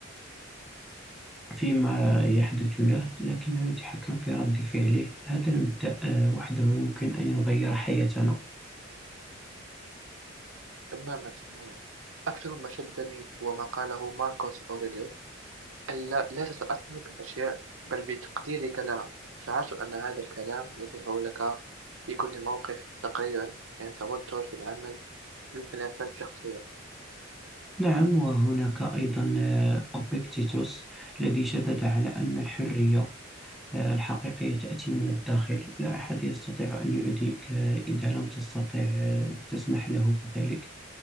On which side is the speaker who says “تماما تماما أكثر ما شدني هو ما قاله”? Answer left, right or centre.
Right